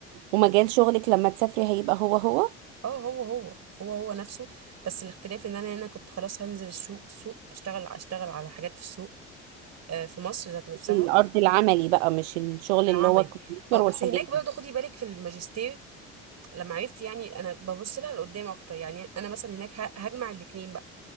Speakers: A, on the right (about 85°); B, on the right (about 50°).
A: ومجال شغلك لما تسافري هيبقى هو هو
B: اه هو هو هو هو نفسه بس الاختلاف ان انا هنا كنت خلاص هنزل السوق سوق اشتغل اشتغل على حاجات في السوق آه، في مصر ذات نفسها
A: الأرض العملي بقى مش الشغل
B: العملي
A: اللي هو الكمبيوتر
B: اه بس
A: والحاجات
B: هناك برضه
A: دي
B: خدي بالك في الماجستير لما عرفت يعني انا ببص لها لقدام اكتر يعني انا مثلا هناك ه- هجمع الاتنين بقى